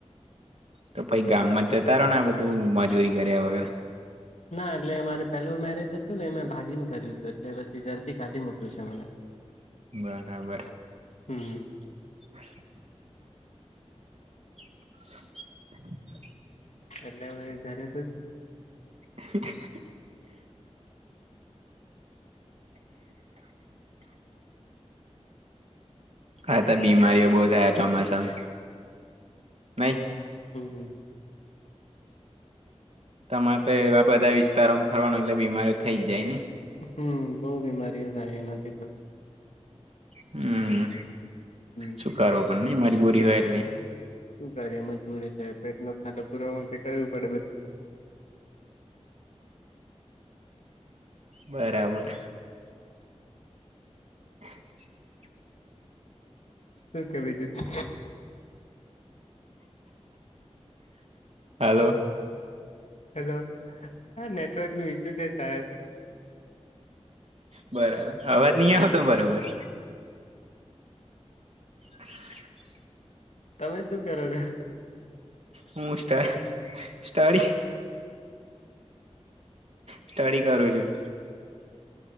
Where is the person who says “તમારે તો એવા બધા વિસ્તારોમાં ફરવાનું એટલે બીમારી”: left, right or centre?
Right